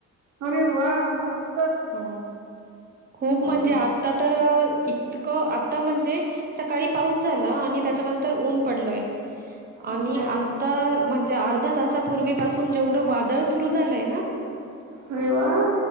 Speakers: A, on the right; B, on the right.
A: अरे वाह मस्त.
B: ह खूप म्हणजे
A: वा
B: आता तर इतकं आता म्हणजे सकाळी पाऊस झाला आणि त्याच्यानंतर ऊन पडलय आणि
A: अच्छा
B: आता म्हणजे अर्धा तासापूर्वी पासून जेवढं वादळ सुरु झालंय ना,
A: अरे वा.